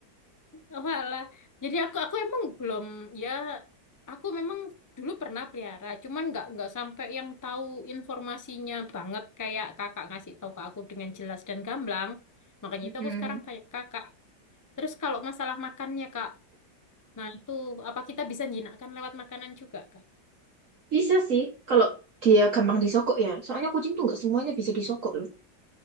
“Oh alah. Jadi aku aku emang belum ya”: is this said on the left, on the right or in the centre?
Left